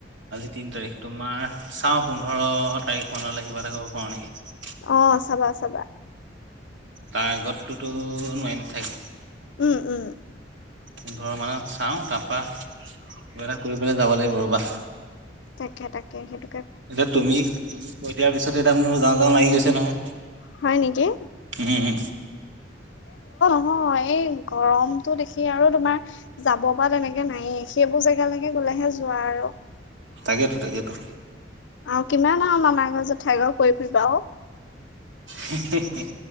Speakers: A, on the right; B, on the left.
A: তিনি তাৰিখ তোমাৰ চাওঁ পোন্ধৰ তাৰিখ মানলৈ কিবা এটা কৰিব পাৰোঁ নেকি
B: অঁ চাবা চাবা
A: তাৰ আগতটোতো নোৱাৰিম চাগে
B: উম উম।
A: পোন্ধৰ মানত চাওঁ তাৰ পৰা কিব এটা কৰি পেলাই যাব লাগিব ৰ'বা।
B: তাকে তাকে সেইটো
A: এতিয়া তুমি তুমি কৈ দিয়াৰ পিছত এতিয়া মোৰ যাওঁ যাওঁ লাগি গৈছে নহয়।
B: হয় নেকি।
A: উম, উম
B: অ- এই গৰমটো দেখি আৰু তোমাৰ যাব পৰা তেনেকে নায়েই সেইবোৰ জেগালৈকে লাহেকে যোৱা আৰু।
A: তাকেতো তাকেটো।
B: অঁ কিমান আৰু মামা ঘৰ, জেঠাই ঘৰ ঘূৰি ফুৰিবা আৰু
A: হেঁ হেঁ